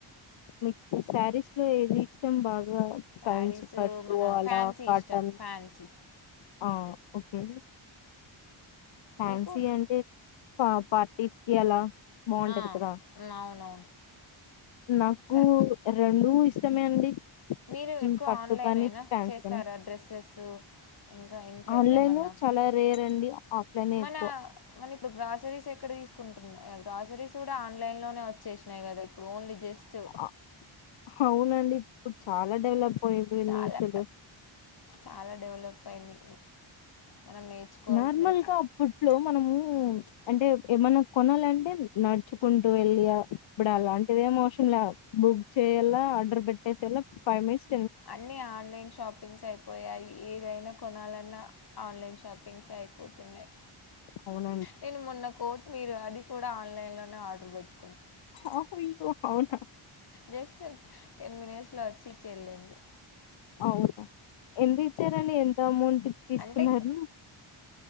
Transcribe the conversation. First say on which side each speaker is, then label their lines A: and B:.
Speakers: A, on the left; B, on the left.
A: మీకు శారీస్ లో ఏవిఇష్టం బాగ్ గా
B: శారీస్
A: కంచి పట్టు
B: మన
A: అలా
B: ఫ్యాన్సీ
A: కాటన్
B: ఇష్టం ఫ్యాన్సీ
A: ఆ ఓకే ఫ్యాన్సీ
B: మీకు
A: అంటే ప పార్టీస్ కి అలా బాగుంటది
B: ఆ
A: కదా
B: అవునవును
A: నాకు
B: స
A: రెండు ఇస్ ష్టమే అండి
B: మీరు
A: హ్మ్.
B: ఎక్కువ
A: పట్టు
B: ఆన్లైన్
A: కానీ
B: నేనా
A: ఫ్యాన్సీ
B: చేస్తారా
A: కానీ
B: డ్రెస్సెస్ ఇంకా ఇంట్లోకేమన్నా
A: ఆన్లైన్ చాలా రేర్ అండి ఆఫ్లైన్
B: మన
A: ఎక్కువ
B: మన ఇప్పుడు గ్రాసరీస్ ఎక్కడ తీసుకుంటున్నా గ్రాసరీస్ కూడా ఆన్లైన్ లోనే వచ్చేసినాయ్ కదా ఇప్పుడు ఓన్లీ జస్ట్
A: అ అవునండి ఇప్పుడు చాలా డెవలప్ అయిపోయింది
B: చాలా
A: అసలు
B: చాలా డెవలప్ అయింది మనం నేర్చుకోవాల్సినవి
A: నార్మల్
B: చ
A: గా ఫుడ్లు మనం అంటే ఏమన్నా కొనాలంటే నడుచుకుంటూ వెళ్ళి ఆ ఇప్పుడ అలాంటిదెం అవసరం లే బుక్ చేయేలా ఆర్డర్ పెట్టేేసేలా ఫైవ్ మినిట్
B: అన్ని ఆన్లైన్ షాపింగ్స్ అయిపోయాయి ఏదైనా కొనాలన్ న్న ఆన్లైన్ షాపింగ్స్ అయిపోతున్నాయ్
A: అవునండి.
B: నేను మొన్న కో మీరు అది కూడా ఆన్లైన్లోనే ఆర్డర్ పెట్
A: హ హయ్యొ హవున
B: జస్ట్ టెన్ మినిట్స్ లో వచ్చి ఇచ్చేల్లింది
A: అవున ఎందిచ్చారండి ఇంత అమౌంట్ తీసుకున్నారు
B: అంటే